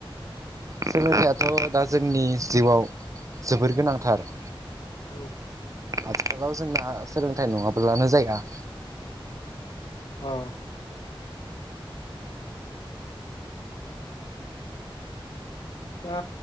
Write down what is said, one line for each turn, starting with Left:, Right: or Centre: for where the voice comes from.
Right: सोलोंथाइयाथ' दा जोंनि जिउआव जोबोर गोनांथार।
Left: औ।
Right: आथिखालाव जोंना सोलोंथाइ नङाब्लानो जाया।
Left: आ ओ